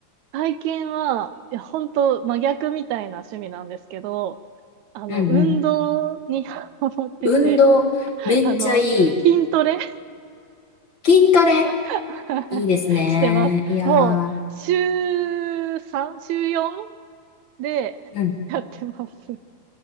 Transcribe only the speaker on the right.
体験は、いや、本当真逆みたいな趣味なんですけど、あの、
運動に <laughs> ハマってて、
<laughs>
あの、筋トレ
<laughs>
してます。
もう、週 3? 週 4? で
<laughs> やってます。